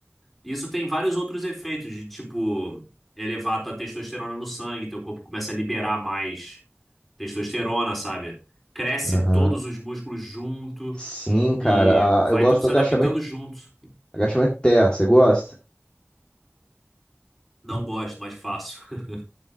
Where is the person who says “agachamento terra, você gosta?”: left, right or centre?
Left